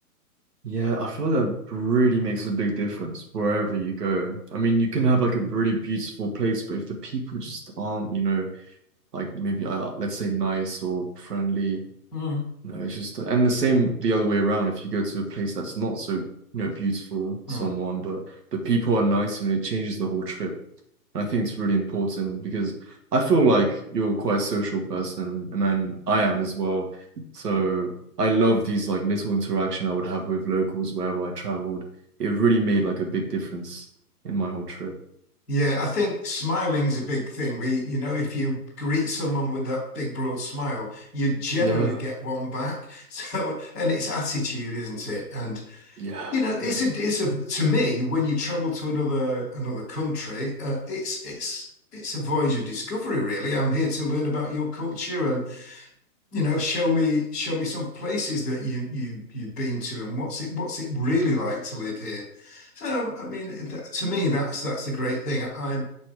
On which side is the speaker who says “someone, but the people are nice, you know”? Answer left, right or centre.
Right